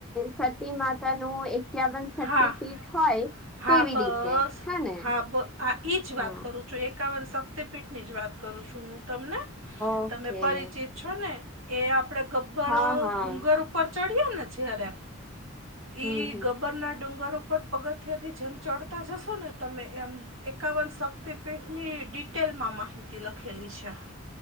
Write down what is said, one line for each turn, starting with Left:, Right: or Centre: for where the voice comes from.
Centre: સતી માતા નું એક ક્યાવન શક્તિ
Right: હા
Centre: પીઠ હોય
Right: હા
Centre: તેવી
Right: બસ.
Centre: રીતે હે ને
Right: હા બ ઈ જ
Centre: હા.
Right: વાત કરું. જો એકાવન શક્તિપીઠ ની જ વાત કરું છું હું તમને.
Centre: ઓકે
Right: તમે પરિચિત છો ને એ આપડે ગબ્બર
Centre: હા હા
Right: ડુંગર ઉપર ચડીએ ને જયારે
Centre: હમ
Right: ઈ
Centre: હમ
Right: ગબરના ડુંગર ઉપર પગથિયે ઇ જેમ ચડતા જશો ને તમે એમ એકાવન શક્તિ પીઠની ડીટ ટેલમાં માહિતી લખેલી છે.